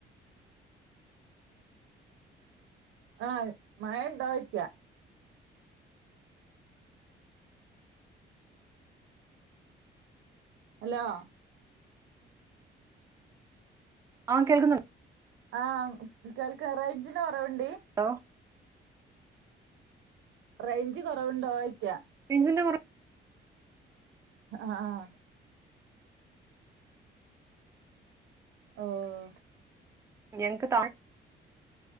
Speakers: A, on the right (about 80°); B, on the right (about 15°).
A: ആഹ് മഴ ഉണ്ടോ ചൊയ്ക്കാ ഹലോ
B: ആഹ് കേൾക്കുന്നു
A: ആഹ് കേൾക്ക റൈഞ്ചിൻ്റെ കുറവുണ്ട്
B: ഹലോ
A: റേഞ്ച് കുറവുണ്ടോ ആയിക്ക
B: റേഞ്ചിന്റെ കുറവ്
A: ആഹ ആഹ ഓഹ് ഓഹ്
B: ഞങ്ങക്ക്